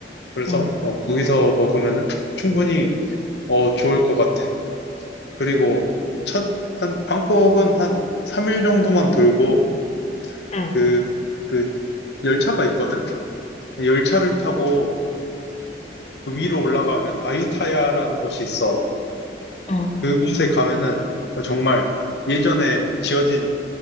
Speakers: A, on the left; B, on the left.
A: 그래서
B: 응,
A: 어, 거기서 먹으면은 충분히 어, 좋을 것 같아. 그리고 첫, 한, 방콕은 한 3일 정도만 돌고
B: 응,
A: 그, 그 열차가 있거든. 열차를 타고 그 위로 올라가면 아유타야라는 곳이 있어.
B: 응.
A: 그곳에 가면은 어, 정말 예전에 지어진